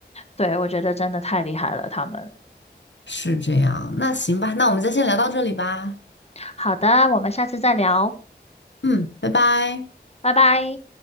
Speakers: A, on the left; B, on the left.
A: 对，我觉得真的太厉害了，他们。
B: 是这样，那行吧，那我们就先聊到这里吧。
A: 好的，我们下次再聊，
B: 嗯，拜拜。
A: 拜拜。